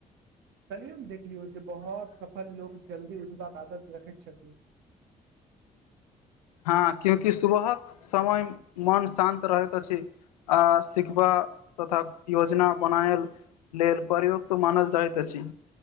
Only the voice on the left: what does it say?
हँ क्योकि सुबहक समय मन शान्त रहैत अछि आ सिखबा तथा योजना बनायल लेल परयुक्त मानल जायत अछी